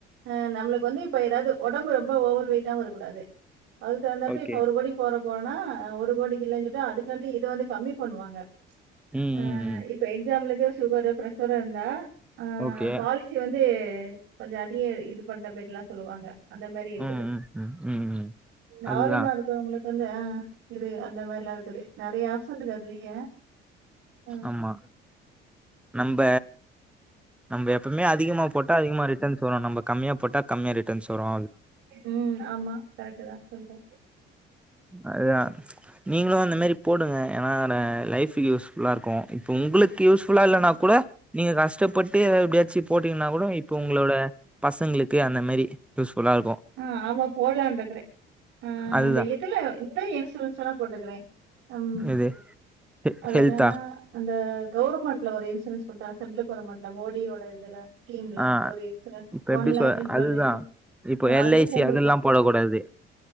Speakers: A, on the right; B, in the centre.
A: அ நம்மளுக்கு வந்து இப்ப ஏதாது ஒடம்பு ரொம்ப ஓவர் வெயிட்டாவு இருக்கூடாது அதுக் தகுந்தாப்படி
B: ஓகே
A: இப்ப ஒரு கோடிக்கு போற போறனா ஒரு கோடிக்கு இல்லைனு சொல்ட்டு அதுக்காண்டி இது வந்து கம்மி பண்ணுவாங்க
B: ம்
A: ஆ
B: ம் ம்
A: இப்ப எக்ஜாம்பிலுக்கு ஒரு சுகரு பிரஷரு இருந்தா ஆ
B: ஓகே
A: பாலி சி வந்து கொஞ்சோ அதிக இது பண்ற மேரில்லா சொல்லுவாங்க அந்த மாரி இருக்குது
B: ம் ம் ம் ம் ம்
A: நார்மல்லா
B: அதுதா
A: இருக்கறவங்களுக் வந்து ஆ இது அந்த மாரிலா இருக்குது நெறய ஆப்ஷன் இருக்குது அதுலயே ஆ,
B: ஆமா நம்ப நம்ப எப் எப்பமே அதிகமா போட்டா அதிகமா ரிட்டன்ஸ் வரு நம்ம கம்மியா போட்டா கம்மியா ரிட்டன்ஸ் வரோ
A: ம் ஆமா கரெக்ட் தா சொல்றோ
B: அதுதா நீங்களூ அந்த மாரி போடுங்க ஏன்னா அதல லைஃப் யூஸ் ஃபுல்லா இருக்கோ இப்ப உங்களுக்கு யூஸ் ஃபுல்லா இல்லன்னாக் கூட நீங்க கஷ்டப்பட்டு எப்டியாச்சு போட்டீங்கன்னா கூட இப்ப உங்ளோட பசங்களுக்கு அந்த மாரி யூஸ் ஃபுல்லா இருக்கோ
A: ம் ஆமா போட்லான் இருக்கறோ ஆ
B: அதுதா
A: இந்த இதுல இந்த இன்சூரன்ஸ் வேனா போட்டுக்கறோ ம்
B: இது ஹெ
A: அது
B: ஹெல்த்தா
A: என்னன்னா அந்த கவர்மெண்ட்ல ஒரு இன்சூரன்ஸ் குடுத்தாங்க சென்ட்ரல் கவர்மென்ட் அந்த மோடியோட இதுல ஸ்கீம்ல
B: ஆ
A: ஒரு இன்சூரன்ஸ்
B: இப்ப எப்டி
A: ஒன் லேக்குன்னு
B: சொ அதுதா
A: சொல்லிட்டு
B: இப்போ
A: ஆ
B: எல்ஐசி
A: அதுல சேந்திருக்கே
B: அதெல்லா போடக் கூடாது